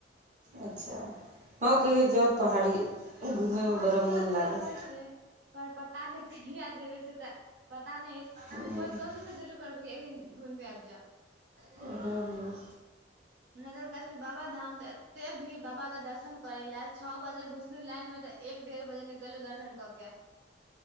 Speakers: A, on the right; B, on the right.
A: अच्छा हँ कहिय जाउ पहाड़ी घूमयमे
B: हँ
A: बड़ा
B: स्वस्थ
A: मोन
B: तऽ
A: लागत
B: रहल छियै पर पता नहि कहिय जेबै से तऽ पता नहि अछि
A: हँ
B: पर कोशिश तऽ जरूर करबै एक द घमिके आबि जाउ
A: हँ हँ
B: त बाबा धाम ते एते भीड़ बाबा के दर्शन करे ले छओ बजे घुसलू लाइन में ते एक डेढ़ बजे निकल दर्शन कऽ के